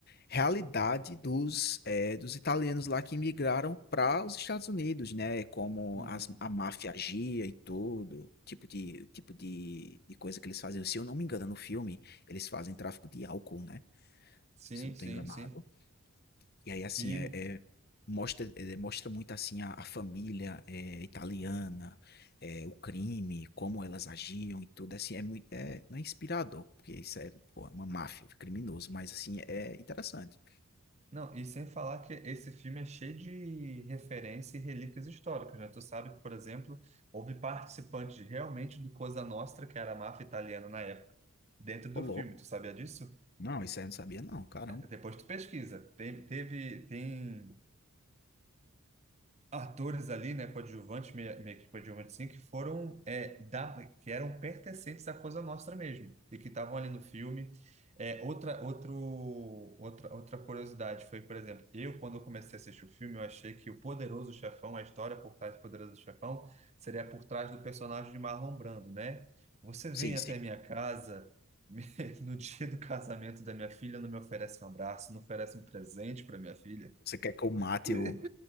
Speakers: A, on the left; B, on the right.
A: realidade dos, eh, dos italianos lá que migraram para os Estados Unidos, né? Como
B: Uhum.
A: as, a máfia agia e tudo, tipo de, tipo de, de coisa que eles faziam. Se eu não me engano, no filme, eles fazem tráfico de álcool, né?
B: Sim,
A: Se eu não estou
B: sim,
A: enganado.
B: sim.
A: E aí, assim,
B: E
A: é, é- mostra, é, mostra muito, assim, a, a família é, italiana, é, o crime, como elas agiam e tudo, assim, é muito, é, não é inspirador, porque isso é, pô, é uma máfia, é criminoso, mas, assim, é interessante.
B: Não, e sem falar que esse filme é cheio de referência e relíquias históricas, né? Tu sabe que, por exemplo, houve participantes realmente do Cosa Nostra, que era a máfia italiana na época, dentro do
A: Ô, louco.
B: filme. Tu sabia disso?
A: Não, isso aí eu não sabia, não, caramba.
B: Depois tu pesquisa. Tem, teve, tem atores ali, né, coadjuvantes, meio, meio que coadjuvantes sim, que foram, é, da, que eram pertencentes à Coisa Nostra mesmo, e que estavam ali no filme. É, outra, outro, outra, outra curiosidade foi, por exemplo, eu, quando eu comecei a assistir o filme, eu achei que o Poderoso Chefão, a história por trás do Poderoso Chefão, seria por trás do personagem de Marlon Brando, né? Você
A: Sim,
B: vem
A: sim.
B: até minha casa... me- <laughs> No dia do casamento da minha filha, não me oferece um abraço, não oferece um presente para minha filha.
A: Você quer que eu mate
B: <laughs>
A: o,